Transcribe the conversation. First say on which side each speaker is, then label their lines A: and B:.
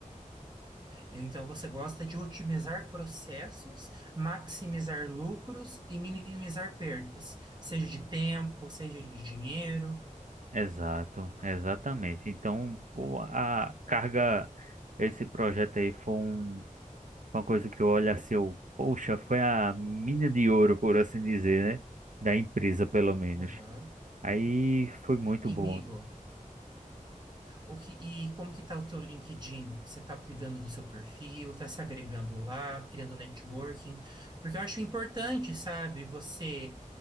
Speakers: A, on the right (about 30°); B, on the right (about 65°).
A: então você gosta de otimizar processos, maximizar lucros e minimizar perdas, seja de tempo, seja de dinheiro.
B: Exato, exatamente. Então, pô, a carga, esse projeto aí foi um- uma coisa que eu olho assim, eu, poxa, foi a mina de ouro, por assim dizer, né? Da empresa, pelo menos.
A: Aham.
B: Aí foi muito
A: E,
B: bom.
A: amigo, O que, e como que tá o teu LinkedIn? Você está cuidando do seu perfil, está se agregando lá, criando networking? Porque eu acho importante, sabe, você